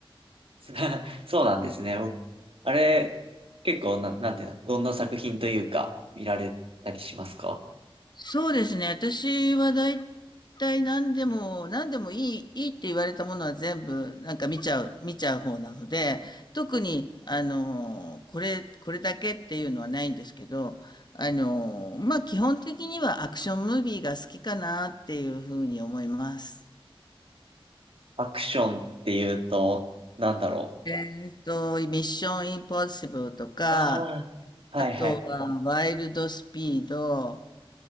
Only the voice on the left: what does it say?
そうですね。私は大体何でも、何でもいい、いいって言われたものは全部なんか見ちゃう、見ちゃう方なので、特に、あの、これ、これだけっていうのはないんですけど、あの、まあ、基本的にはアクションムービーが好きかなっていうふうに思います。
えっと、ミッションインポッシブルとか、
あとはワイルドスピード、